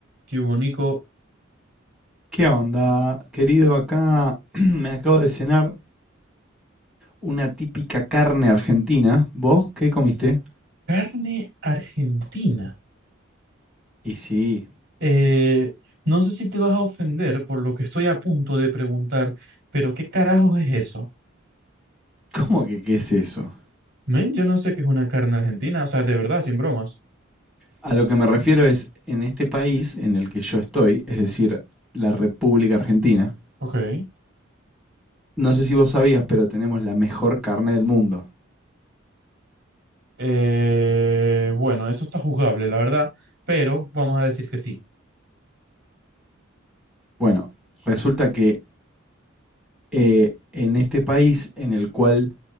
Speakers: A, on the right (about 55°); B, in the centre.
A: Qué bonito.
B: ¿Qué onda, querido? Acá <clears throat> me acabo de cenar una típica carne argentina. ¿Vos qué comiste?
A: Carne argentina.
B: Y sí,
A: Eh, no sé si te vas a ofender por lo que estoy a punto de preguntar, pero ¿qué carajos es eso?
B: ¿cómo que qué es eso?
A: Men, yo no sé qué es una carne argentina, o sea, de verdad, sin bromas.
B: A lo que me refiero es, en este país en el que yo estoy, es decir, la República Argentina,
A: Ok.
B: no sé si vos sabías, pero tenemos la mejor carne del mundo.
A: Eh, bueno, eso está juzgable, la verdad, pero vamos a decir que sí.
B: Bueno, resulta que eh, en este país en el cual